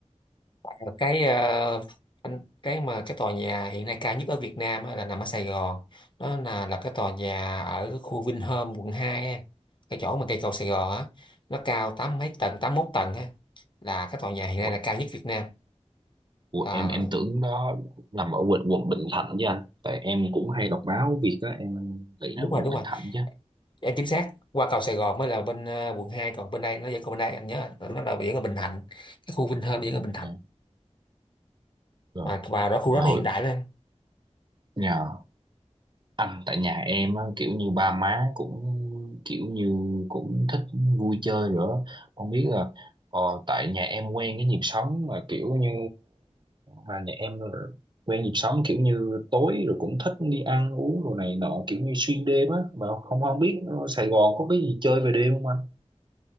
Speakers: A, on the left; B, on the right.
A: Ờ, cái ờ, anh- cái mà cái tòa nhà hiện nay cao nhất ở Việt Nam á là nằm ở Sài Gòn đó là là cái tòa nhà ở khu Vinhome quận 2 em. cái chỗ mà cây cầu Sài Gòn á nó cao tám mấy tầng tám mốt tầng á là cái tòa nhà hiện nay
B: Ủa,
A: là cao nhất Việt Nam
B: ủa,
A: là
B: em em tưởng đó nằm ở quận quận Bình Thạnh chứ anh tại em cũng hay đọc báo việc đó em nghĩ
A: đúng
B: nó
A: rồi
B: quận
A: đúng
B: Bình
A: rồi
B: Thạnh chứ
A: em chính xác qua cầu Sài Gòn mới là bên ờ, quận hai còn bên đây nó vẫn còn bên đây anh nhớ là nó là vẫn ở Bình Thạnh cái khu Vinhome vẫn ở Bình Thạnh
B: Dạ, rồi
A: mà vào đó khu
B: mà
A: đó nó
B: hồi,
A: hiện đại lên
B: dạ. anh tại nhà em á, kiểu như ba má cũng kiểu như cũng thích vui chơi nữa không biết là ờ, tại nhà em quen cái nhịp sống mà kiểu như mà nhà em là quen nhịp sống kiểu như tối rồi cũng thích đi ăn uống đồ này nọ kiểu như xuyên đêm á mà không không biết Sài Gòn có cái gì chơi về đêm không anh